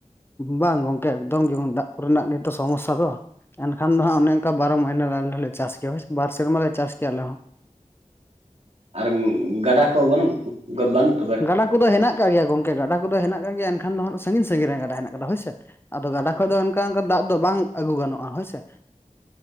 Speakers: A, on the left (about 15°); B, on the right (about 50°).
A: ᱵᱟᱝ ᱜᱚᱝᱠᱮ ᱮᱠᱫᱚᱢ ᱜᱮ ᱵᱟᱝ, ᱫᱟᱜ ᱠᱚᱨᱮ ᱱᱟᱜ ᱜᱮᱛᱚ ᱥᱚᱢᱚᱥᱥᱟ ᱫᱚ᱾ ᱮᱱᱠᱷᱟᱱ ᱫᱚ ᱦᱟᱸᱜ ᱚᱱᱮ ᱚᱱᱠᱟ ᱵᱟᱨᱚ ᱢᱟᱹᱭᱱᱟᱹ ᱨᱮ ᱟᱞᱮ ᱦᱚᱸᱞᱮ ᱪᱟᱥ ᱜᱟᱭᱟ ᱦᱳᱭ ᱥᱮ, ᱵᱟᱨ ᱥᱮᱨᱢᱟ ᱞᱮ ᱪᱟᱥ ᱜᱟᱭᱟ ᱟᱞᱮ ᱦᱚᱸ᱾
B: ᱟᱨ ᱜᱟᱰᱟ ᱠᱚ ᱵᱟᱹᱱᱩᱜ, ᱜᱟ ᱵᱟᱹᱱᱩᱜ?
A: ᱜᱟᱰᱟ ᱠᱚ ᱫᱚ ᱦᱮᱱᱟᱜ ᱠᱟᱜ ᱜᱮᱭᱟ ᱜᱚᱝᱠᱮ, ᱜᱟᱰᱟ ᱠᱚ ᱫᱚ ᱦᱮᱱᱟᱜ ᱠᱟᱜ ᱜᱮᱭᱟ ᱮᱱᱠᱷᱟᱱ ᱫᱚ ᱦᱟᱸᱜ ᱥᱟᱺᱜᱤᱧ ᱥᱟᱺᱜᱤᱧ ᱨᱮ ᱜᱟᱰᱟ ᱦᱮᱱᱟᱜ ᱠᱟᱫᱟ ᱦᱳᱭ ᱥᱮ᱾ ᱟᱫᱚ ᱜᱟᱰᱟ ᱠᱷᱚᱡ ᱫᱚ ᱚᱱᱠᱟ ᱚᱱᱠᱟ ᱫᱟᱜ ᱫᱚ ᱵᱟᱝ ᱟᱹᱜᱩ ᱜᱟᱱᱚᱜᱼᱟ ᱦᱳᱭᱥᱮ᱾